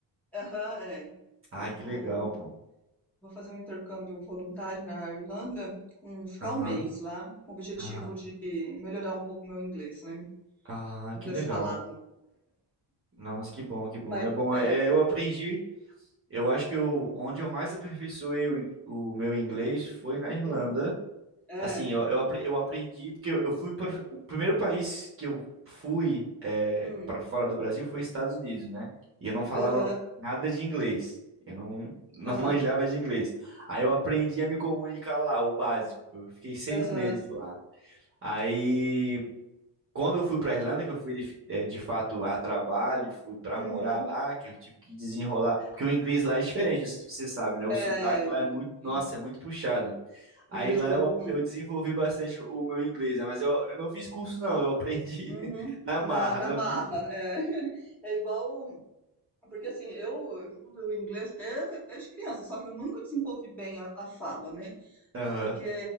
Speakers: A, in the centre; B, on the right.
A: aham, é.
B: Ai,
A: Eu vou,
B: que legal, pô.
A: vou fazer um intercâmbio voluntário na Irlanda, com, ficar
B: Aham,
A: um mês lá, com o objetivo
B: aham.
A: de melhorar um pouco meu inglês, né?
B: Ah,
A: Inglês
B: que legal.
A: falado.
B: Nossa, que bom, que bom.
A: Mas,
B: É bom,
A: é,
B: é, eu aprendi. Eu acho que eu, onde eu mais aperfeiçoei o, in- o meu inglês foi na Irlanda.
A: hum, é,
B: Assim, eu, eu, apre- eu aprendi, porque eu, eu fui para o primeiro país que eu fui é,
A: hum,
B: para fora do Brasil foi Estados Unidos, né? E eu não falava
A: aham.
B: nada de inglês. Eu não, <laughs> não
A: ah
B: manjava de inglês. Aí eu aprendi a me comunicar lá, o básico. Eu fiquei seis
A: Aham.
B: meses lá. Aí, quando eu fui para Irlanda, que eu fui de, fi- é, de fato a trabalho, fui para
A: Uhum.
B: morar lá, que eu tive que desenrolar. Porque o inglês lá é diferente, não sei se você sabe, né? O
A: É,
B: sotaque lá é muito, nossa,
A: In
B: é muito puxado. Aí
A: Ingrid
B: lá
A: Bebum.
B: eu, eu desenvolvi bastante o meu inglês, né? Mas eu, eu não fiz curso, não. Eu aprendi
A: Uhum.
B: <laughs> na
A: Na
B: marra,
A: na
B: na
A: marra,
B: vida.
A: é. <laughs> É igual porque, assim, eu estudo inglês desde desde criança, só que eu nunca desenvolvi bem a a fala, né,
B: Aham.
A: porque